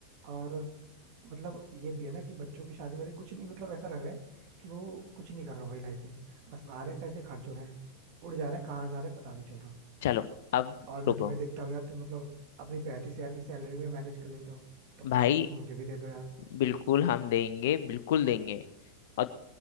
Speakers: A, on the right; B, on the left.
A: और मतलब ये भी है ना कि बच्चों की शादी वादी कुछ नहीं मतलब ऐसा लग रहा है कि वो कुछ नहीं कर रहा हूँ भाई लाइफ में बस आ रहे हैं पैसे खर्च हो रहे हैं उड़ जा रहे हैं कहाँ जा रहे हैं पता नहीं चल रहा
B: चलो अब
A: और मैं
B: रुको
A: तुम्हें देखता हूँ यार तुम मतलब अपनी 35 हजार की सैलरी में मैनेज कर लेते हो तो कुछ
B: भाई
A: टिप्स मुझे भी दे दो यार
B: बिल्कुल हम देंगे बिल्कुल देंगे और